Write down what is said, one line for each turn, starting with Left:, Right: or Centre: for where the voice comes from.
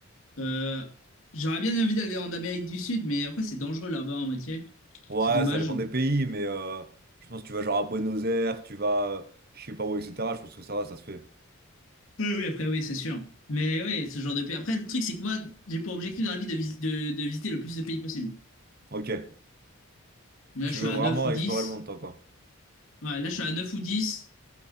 Left: Euh, j'aurais bien envie d'aller en Amérique du Sud, mais après c'est dangereux là-bas en moitié.
Right: Ouais,
Left: C'est dommage.
Right: ça dépend des pays, mais euh, je pense que tu vas genre à Buenos Aires, tu vas euh, je sais pas où, etc. Je pense que ça va, ça se fait.
Left: Oui, oui, après oui, c'est sûr. Mais oui, ce genre de pays. Après, le truc, c'est que moi, j'ai pour objectif dans la vie de, vis- de, de visiter le plus de pays possible.
Right: Ok,
Left: Là,
Right: tu
Left: je suis
Right: veux
Left: à
Right: vraiment
Left: 9 ou
Right: explorer
Left: 10.
Right: le monde, toi, quoi.
Left: Ouais, là, je suis à 9 ou 10.